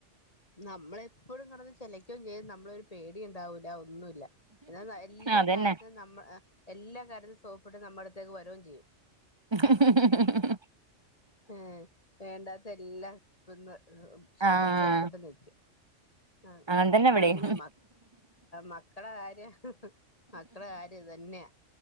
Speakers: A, on the left; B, on the right.
A: നമ്മളെപ്പളും കടന്ന് ചെലക്കും ചെയ്യും നമ്മളെ ഒരു പേടിണ്ടാവൂല്ല ഒന്നുല്ല എന്നാ എല്ലാ
B: അതന്നെ
A: കാര്യത്തിനും നമ്മ എല്ലാ കാര്യത്തിനും സോപ്പിട് നമ്മളെടുത്തേക്ക് വരും ചെയ്യും
B: <unintelligible>
A: ഏഹ് വേണ്ടാത്തല്ലാ ന്നും സോപ്ട്ട്
B: ആഹ്
A: സോപ്പ്ട്ട് നിക്കും ആഹ്
B: അങ്ങനെ തന്നെ ഇവിടെയും
A: അങ്ങനെ മക്കളെ കാര്യം മക്കളെ കാര്യം തന്നെയ